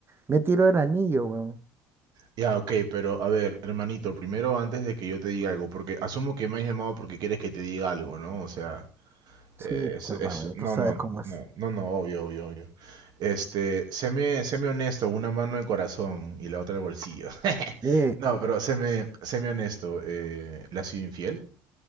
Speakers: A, on the right; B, on the right.
A: me tiró el anillo, huevón.
B: Ya, ok, pero a ver, hermanito, primero antes de que yo te diga algo, porque asumo que me has llamado porque quieres que te diga algo, ¿no? O sea,
A: Sí,
B: eh,
A: pues
B: es,
A: hermano,
B: es-
A: ya tú
B: no,
A: sabes
B: no,
A: cómo es.
B: no, no, no, obvio, obvio, obvio. Este, séme, séme honesto, una mano de corazón y la otra de bolsillo. <laughs>
A: Eh,
B: No, pero séme, séme honesto, eh, ¿le has sido infiel?